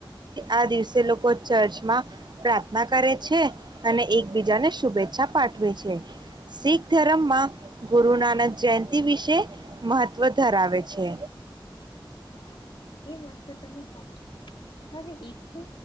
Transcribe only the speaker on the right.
આ દિવસે લોકો ચર્ચમાં પ્રાર્થના કરે છે અને એકબીજાને શુભેચ્છા પાઠવે છે શીખ ધર્મમાં ગુરુ નાનક જયંતિ વિશે મહત્વ ધરાવે છે.